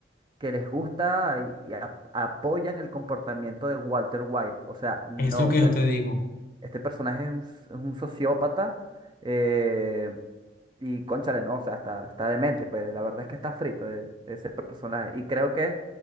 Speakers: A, on the right (about 25°); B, on the left (about 50°).
A: que les gusta y, y ap- apoyan el comportamiento de Walter White. O sea, no,
B: es lo que
A: o sea,
B: yo
A: este,
B: te digo.
A: este personaje es un, s- es un sociópata eh, y cónchale, no, o sea, está, está demente, pues la verdad es que está frito eh, ese personaje. Y creo que